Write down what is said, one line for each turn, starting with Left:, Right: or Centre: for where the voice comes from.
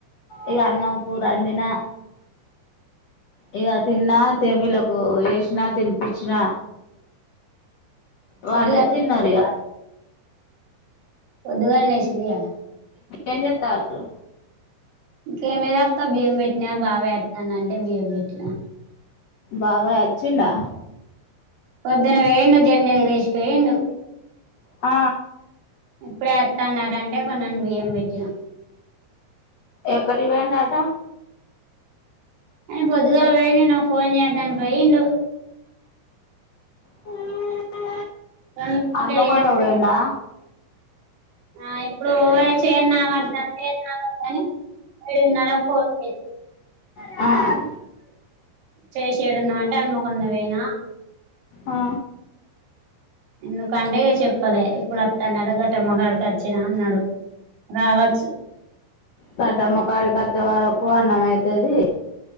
Left: ఇగా అన్నంకూర, వొండ్డినా. ఇగా, తిన్నా, చిన్నా పిల్లకు ఎసినా, తినిపిచ్చినా. వాళ్ళే
Right: పొద్దుగాల
Left: తిన్నర్
Right: వచ్చింది
Left: ఇగా
Right: పొద్దుగాల్నే, లేషిదిఇయ్యలా.
Left: ఎజేతాలు
Right: ఇంకే లేదక్క, బియ్యం పెట్టినా, బాబ్ అస్తానంటే బియ్యం పెట్టినా.
Left: బాబ్ అచ్చినడా?
Right: పొద్దున వేయండు, జెండా ఎగరేసి పోయుండు.
Left: ఆ
Right: ఇప్పుడే అస్తన్నార అంటే, కొన్నాని బియ్యం పెట్టినా.
Left: ఎక్కడి వేయండటా?
Right: నేను పొద్దుగాల పోయి, నాకు ఫోన్ చేయోద్దని పోయిండు.
Left: కూ కూ
Right: రెండు ఫోన్లు
Left: హనుమకొండ
Right: చేయేత్తాడు
Left: పోయిండా?
Right: ఆ ఇప్పుడు చేయనా వద్దా, చేయనా వద్ద అని ఏడున్నర పొంది.
Left: ఆ
Right: చేసిండు. ఎడున్నావ్ అంటే, అనుమకొండ కిపోయిన
Left: ఆ
Right: ఎందుకంటే చెప్పలె, ఇప్పుడు అత్తన్నాడ కట్టమ్మ కాడకి వచ్చిన అన్నాడు. రావచ్చు
Left: కట్టమ్మ కాడి వచ్చే వరకు, అన్నం అయితది.